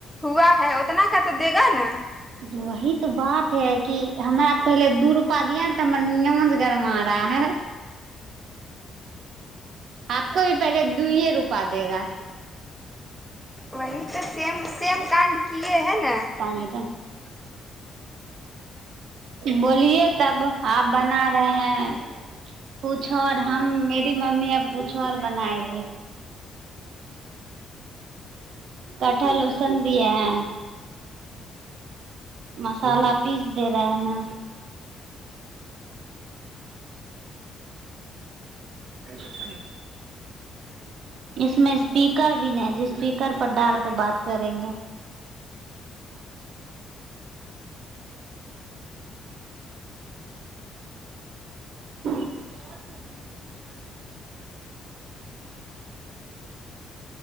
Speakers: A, in the centre; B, on the right.
A: हुआ है कतना का तऽ देगा ने
B: वही बात है क हमरा पहले दू रूपा दिया तऽ हमर नियम गरमा रहा है आपको भी पहले दूयए रूपा देगा
A: वही तऽ सेम सेम काण्ड कि है ने
B: पानी बोलिये तब आ बना रहे हैं कुछ और हम मेरी मम्मी अब कुछु और बनाएगी कठल लूसन दए हैं मसाला पीस दे रहे हैं अच्छा न इसमे स्पीकर भी ने ज स्पीकर पर डालके बात करेंगे <unintelligible>